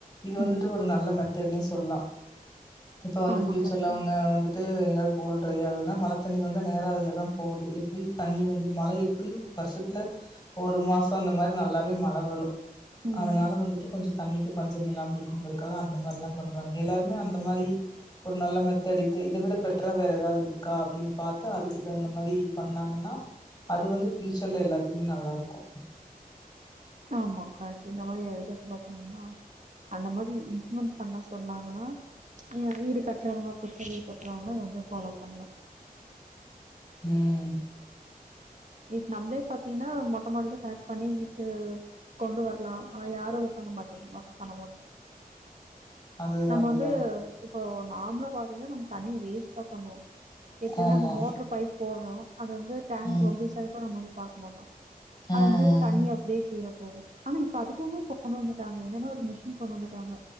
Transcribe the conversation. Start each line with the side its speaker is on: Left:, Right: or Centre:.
Left: இது வந்துட்டு
Right: ம்.
Left: ஒரு நல்ல மெத்தட்ன்னே சொல்லா இப்ப வந்து
Right: ஆமா
Left: ஃபியூச்சர்ல
Right: கரெக்ட்
Left: அவங்க
Right: தான்.
Left: வந்துட் டு எங்கனா போர் ட்ரை ஆகுதுனா மழ தண்ணி வந்து நேரா அதுலதா போது எப்டியு தண்ணி வந்து மழ எப்டியு வருஷத்துல ஒரு மாசோ அந்த மாரி நல்லாவே மழ வரு
Right: ம்.
Left: அதனால வந்துட்டு கொஞ்சோ தண்ணிக்கு பஞ்சமில்லாம இருக்குங்கிறதுக்காக அந்த மாரில்லா பண்றாங்க எல்லாருமே அந்த மாரி ஒரு நல்ல மெத்தட் இத்த இத விட பெட்ரா வேற எதாவது இருக்கா அப்டின்னு பாத்து அதுக்கு தகுந்த மாரி பண்ணாங்கன்னா அது வந்து ஃபியூச்சர்ல எல்லாத்துக்குமே நல்லா இருக்கு
Right: ஆமா கரெக்டு இந்த மாரி ஐடியா ஃபாலோ பண்ணணுனா அந்த மாரி இம்ப்ளிமெண்ட் பண்ண சொன்னாங்கன்னா ஏ வீடு கட்டுறவங்க புதுசா வீடு கட்டுறவங்களா இத வந்து ஃபாலோ பண்ணலா
Left: உம்
Right: இப்ப நம்மளே பாத்தீங்கன்னா மொட்ட மாடில பேக் பண்ணி ஈத்து கொண்டு வரலா ஆனா யாரு அத பண்ண மாட்ரிங்க பண்ண மாட்டோ
Left: அதுதா
Right: நம்ப
Left: அதுதா
Right: வந்து இப்போ நார்மலா பாார்த்தீங்கன்னா நம்ம தண்ணிய வேஸ்ட்தா பண்ணுவோ எப்டின்னா
Left: ஆமா
Right: நம்ம மோட்டர் பைப் போடுறோ அது வந்து டேங்க்
Left: ம்
Right: ரொம்பிருச்சாறப்பா நம்ம வந்து பாக்ரோ போட்டோ
Left: ம்
Right: அது வந்து தண்ணி அப்படியே கீழே போகு ஆனா இப்ப அதுக்குமே கொண்டு வந்துட்டாங்க என்னன்னா ஒரு மிஷின் கொண்டு வந்துட்டாங்க